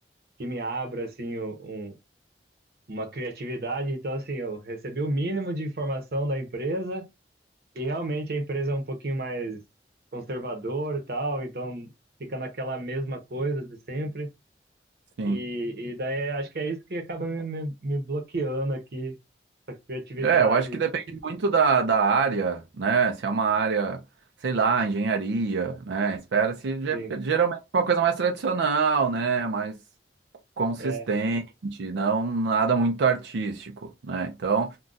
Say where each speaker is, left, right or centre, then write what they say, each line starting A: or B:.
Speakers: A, on the right; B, on the right.
A: que me abra, assim, um, um- uma criatividade. Então, assim, eu recebi o mínimo de informação da empresa E realmente a empresa é um pouquinho mais conservador e tal, então fica naquela mesma coisa de sempre.
B: sim.
A: E, e daí acho que é isso que acaba me, me, me bloqueando aqui, a criatividade.
B: É, eu acho que depende muito da, da área, né? Se é uma área, sei lá, engenharia, né? Espera-se
A: Sim,
B: ge- geralmente uma coisa mais tradicional, né? Mais consistente,
A: é,
B: não nada muito artístico, né? Então,